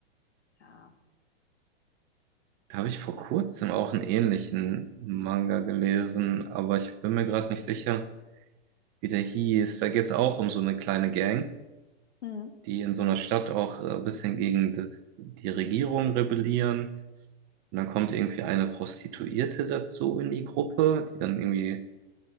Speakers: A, on the left (about 85°); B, on the right (about 30°).
A: ja,
B: Da habe ich vor kurzem
A: ja.
B: auch einen ähnlichen Manga gelesen, aber ich bin mir gerade nicht sicher, wie der hieß. Da geht es auch um so eine kleine Gang.
A: Mhm.
B: die in so einer Stadt auch äh, ein bisschen gegen das, die Regierung rebellieren. Und dann kommt irgendwie eine Prostituierte dazu in die Gruppe, die dann irgendwie